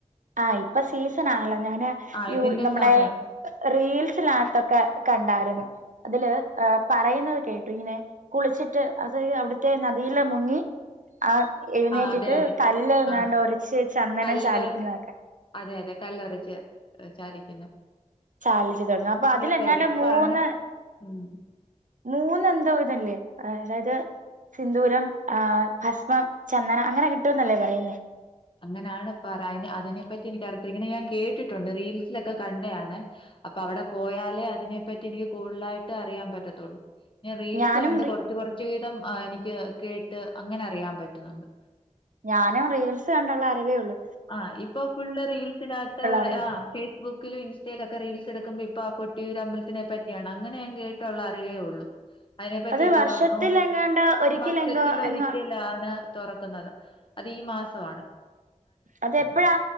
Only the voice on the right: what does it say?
ആഹ് ഇപ്പൊ സീസൺ ആണല്ലോ ഞാന്
നമ്മുടെ
റീൽ മനസിലകത്തൊക്കെ കണ്ടായിരുന്നു അതില് പറയുന്നത് കേട്ടു ഇങ്ങനെ കുളിച്ചിട്ട് അവിടുത്തെ നദിയില് മുങ്ങി ആ എഴുന്നേറ്റിട്ട്
കല്ല് എങ്ങാണ്ട്
ഒരച്ച് ചന്ദനം
ചാലിക്കുന്നത്
ചാലിച്ചു തൊടുന്ന അപ്പൊ അതിൽ എന്താണ്ട്
മൂന്ന്
മൂന്ന് എന്തോ ഇതല്ലേ അതായത് സിന്ദൂരം ആ ഭസ്മം ചന്ദനം അങ്ങനെ കിട്ടുന്നല്ലേ പറയുന്നേ
ഞാനും
റി
ഞാനും റീൽസ് കണ്ടുള്ള അറിവേയുള്ളൂ
അറിവ്
അത്
വർഷത്തിലെങ്ങാണ്ട്
ഒരിക്കലെങ്കോ
എങ്ങോ
അതെപ്പോഴാ